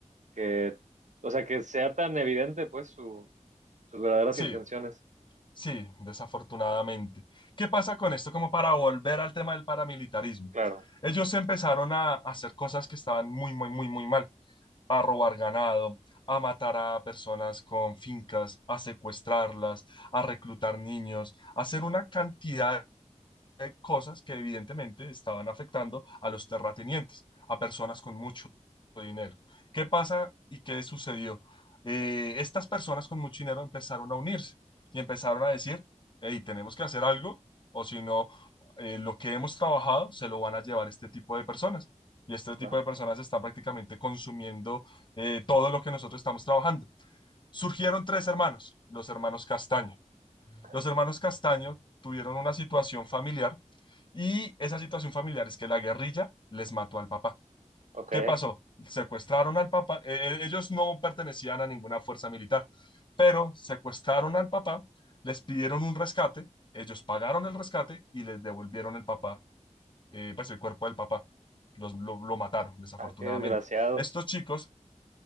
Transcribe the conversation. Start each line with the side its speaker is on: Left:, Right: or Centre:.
Right: que, o sea, que sea tan evidente pues su, sus verdaderas
Left: Sí,
Right: intenciones.
Left: sí, desafortunadamente. ¿Qué pasa con esto? Como para volver al tema del paramilitarismo.
Right: Claro,
Left: Ellos empezaron a hacer cosas que estaban muy, muy, muy, muy mal. a robar ganado, a matar a personas con fincas, a secuestrarlas, a reclutar niños, a hacer una cantidad de cosas que evidentemente estaban afectando a los terratenientes, a personas con mucho dinero. ¿Qué pasa y qué sucedió? Eh, estas personas con mucho dinero empezaron a unirse y empezaron a decir, hey, tenemos que hacer algo o si no, eh, lo que hemos trabajado se lo van a llevar este tipo de personas. Y este tipo
Right: claro.
Left: de personas están prácticamente consumiendo eh, todo lo que nosotros estamos trabajando. Surgieron tres hermanos, los hermanos Castaño.
Right: Ok,
Left: Los hermanos Castaño tuvieron una situación familiar y esa situación familiar es que la guerrilla les mató al papá.
Right: ok.
Left: ¿Qué pasó? Secuestraron al papá, eh, eh, ellos no pertenecían a ninguna fuerza militar, pero secuestraron al papá, les pidieron un rescate, ellos pagaron el rescate y les devolvieron el papá, eh, pues el cuerpo del papá. Los, lo, lo mataron, desafortunadamente.
Right: Ah, qué desgraciados.
Left: Estos chicos